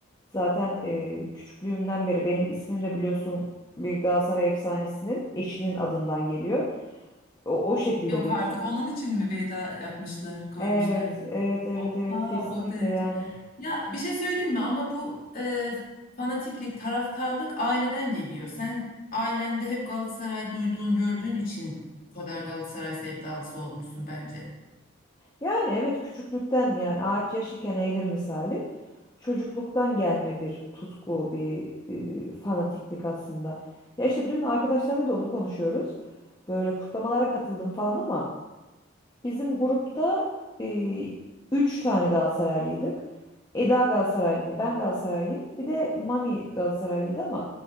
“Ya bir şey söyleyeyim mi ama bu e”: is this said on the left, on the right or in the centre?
Left